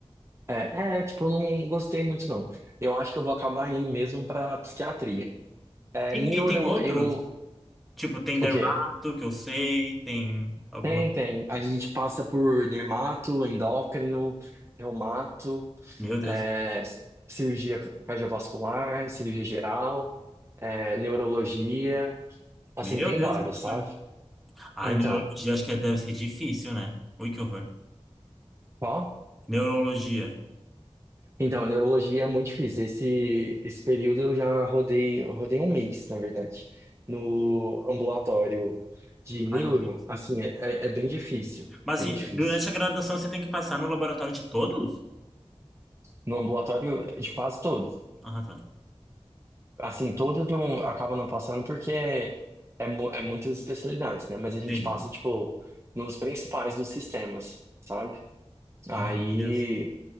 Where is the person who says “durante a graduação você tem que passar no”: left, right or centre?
Centre